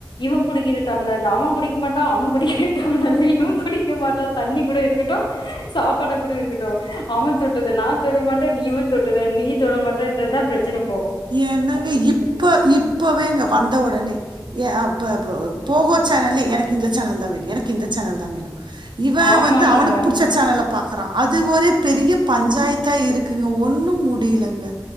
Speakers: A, on the left; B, on the right.
A: இவ குடிக்கிற டம்ளர்ல அவ குடிக்க மாட்டா அவ குடிக்கிற டம்ளர்ல இவ குடிக்க மாட்டா தண்ணி கூட இருக்கட்டு சாப்பாட கூட இருக்கட்டு அவ தொட்டது நா தொடமாட்டே நீ இவ தொட்டது நீ தொடமாட் டேன்றதா ப்ரச்சனப்
B: என்னங்க இப்ப இப்பவேங்க வந்த ஒடனே ஏ அ ப்ப போ போகோ சேனலே எனக்கு இந்த சேனல் தா வேணு எனக்கு இந்த சேனல் தா வேணு இவ
A: ஆமாங்க
B: வந்து அவுனுக்கு புடிச்ச சேனல்ல பாக்குறா அது ஒரே பெரிய பஞ்சாயத்தா இருக்குங்க ஒன்னு முடியலங்க